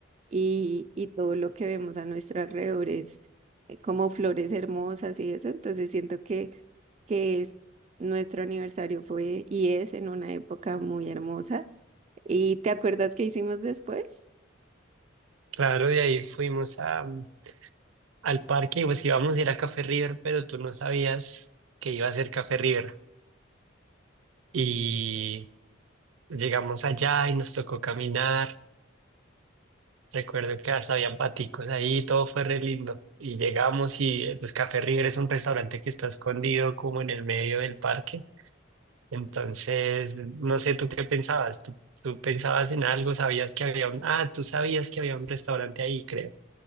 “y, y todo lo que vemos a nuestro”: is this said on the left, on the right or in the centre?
Right